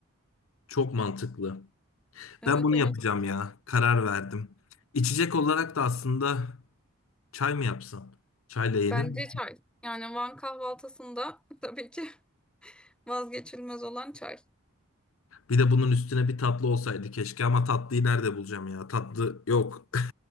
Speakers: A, on the left (about 75°); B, in the centre.
A: Çok mantıklı.
B: Evet
A: Ben bunu
B: evet
A: yapacağım ya. Karar verdim. İçecek olarak da aslında çay mı yapsam? Çayla yenir
B: bence
A: mi?
B: çay yani Van kahvaltısında <laughs> tabii ki vazgeçilmez olan çay.
A: Bir de bunun üstüne bir tatlı olsaydı keşke ama tatlıyı nerede bulacağım ya? Tatlı yok. <laughs>